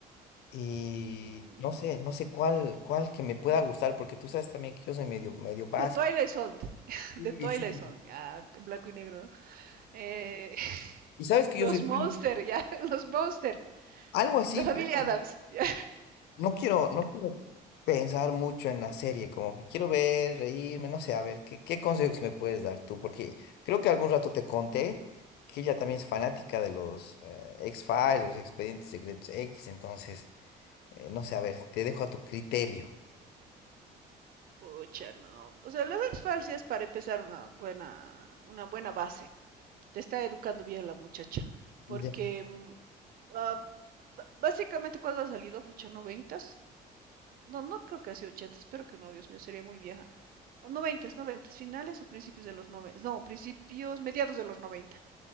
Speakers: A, on the left; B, on the right.
A: Y
B: Mm,
A: no sé, no sé cuál, cuál que me pueda gustar, porque tú sabes también que yo soy medio, medio básico.
B: De Twilight Zone. <laughs>
A: Sí,
B: De Twilight
A: sí.
B: Zone, ya, en blanco y negro, ¿no? Eh, <laughs>
A: Y sabes que
B: los
A: yo soy
B: Monster,
A: bien-
B: ya, <laughs> los Monster.
A: algo así,
B: La familia
A: pero
B: Adams. ya.
A: no quiero, no quiero pensar mucho en la serie, como que quiero ver, reírme, no sé, a ver, ¿qué, qué consejos me puedes dar tú? Porque creo que algún rato te conté que ella también es fanática de los eh, X-Files, los Expedientes Secretos X, entonces, eh, no sé, a ver, te dejo a tu criterio.
B: Pucha, no. O sea, las exfalcias para empezar una buena, una buena base. Te está educando bien la muchacha. Porque
A: Ya,
B: mm, ah, b- básicamente cuando ha salido, pucha, noventas. No, no creo que ha sido ochentas, espero que no, Dios mío, sería muy vieja. O Noventas, noventas, finales o principios de los noventas. No, principios, mediados de los noventa.